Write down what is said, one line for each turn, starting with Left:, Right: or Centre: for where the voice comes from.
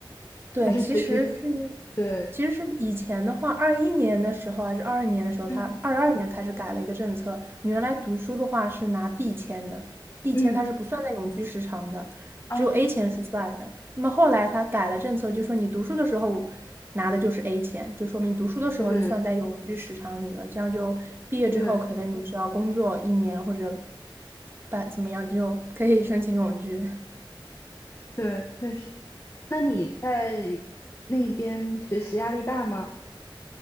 Right: 对，
Left: 还是学习，
Right: 其实是，
Left: 对，
Right: 其实是以前的话，二一年的时候还是二二年的时候，
Left: 嗯
Right: 他二二年开始改了一个政策。你原来读书的话是拿 B 签的，B
Left: 嗯
Right: 签它是不算在永居时长的，
Left: 啊，
Right: 只有 A 签是算的。那么后来他改了政策，就说你读书的时候拿的就是 A 签，就说明读书的时候就算在永居时长里了。
Left: 对
Right: 这样就毕业之后，
Left: 对
Right: 可能你只要工作一年或者办怎么样，就可以申请永居。
Left: 对，确实。那你在那边学习压力大吗？